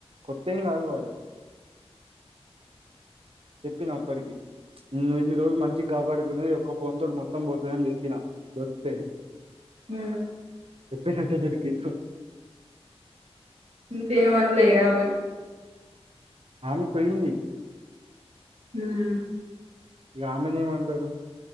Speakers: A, on the right; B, on the right.
A: కొత్త ఏం కాదు వాడు చెప్పిన అప్పటికి నువు ఇన్ని రోజులు మంచికి కాపాడుకునే ఒక ఫోన్ తోటి మొత్తం పోతదని చెప్పిన దొరికిపోయింది
B: ఉ
A: చెప్పినట్టే దొరికిండు
B: ఇంకేమని లేగామె
A: ఆమె పోయింది <inaudible>
B: మ్
A: ఇక ఆమెనే ఏమంటాడు